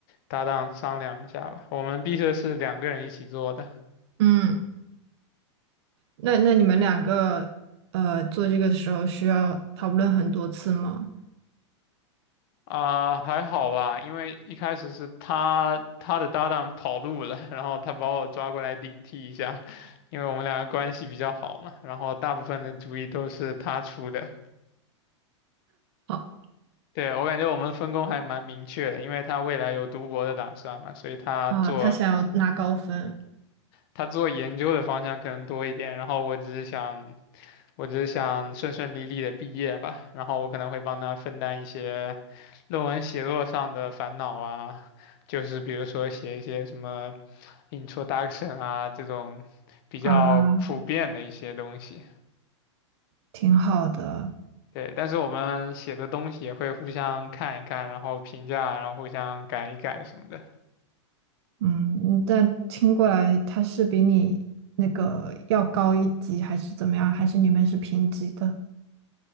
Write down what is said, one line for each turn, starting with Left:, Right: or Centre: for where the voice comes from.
Left: 搭档商量一下吧。我们毕设是两个人一起做的。
Right: 嗯，那那你们两个，呃，做这个的时候需要讨论很多次吗？
Left: 啊，还好吧，因为一开始是他他的搭档跑路了，然后他把我抓过来顶替一下，因为我们两个关系比较好嘛，然后大部分的主意都是他出的。
Right: 好
Left: 对，我感觉我们分工还蛮明确的，因为他未来有读博的打算嘛，所以他做
Right: 啊，他想要拿高分
Left: 他做研究的方向可能多一点，然后我只是想我只是想顺顺利利的毕业吧，然后我可能会帮他分担一些论文写作上的烦恼啊，就是比如说写一些什么 introduction 啊这种比较普遍的一些东西。
Right: 啊，挺好的。
Left: 对，但是我们写的东西也会互相看一看，然后评价，然后互相改一改什么的。
Right: 嗯，但听过来他是比你那个要高一级，还是怎么样？还是你们是平级的？